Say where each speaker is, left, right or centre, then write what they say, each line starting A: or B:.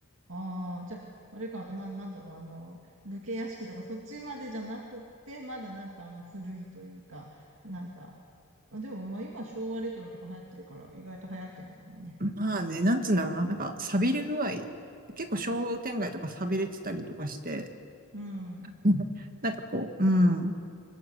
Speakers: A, on the right; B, on the right.
A: ああ、じゃあ、あれか、な、なんだろう、あの、武家屋敷とか、そっちまでじゃなくって、まだなんか、あの、古いというか、なんか、まあでも、まあ、今、昭和レトロとか流行ってるから、意外と流行ってんのかもね。
B: まあね、なんつうんだろうな。なんか、寂れ具合。結構商店街とか寂れてたりとかして、
A: うん。
B: <laughs> なんかこう、うん。